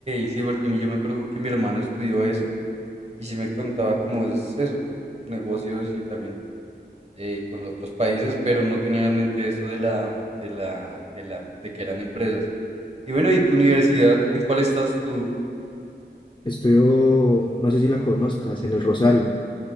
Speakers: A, on the right (about 35°); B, on the left (about 25°).
A: Sí, porque mi- yo me acuerdo que mi hermano estudió eso y sí me contaba cómo es eso, negocios y también eh, con otros países, pero no tenía en mente eso de la, de la, de la, de que eran empresas. Y bueno, ¿y tu universidad? ¿En cuál estás tú?
B: Estudio, no sé si la conozcas, en el Rosario.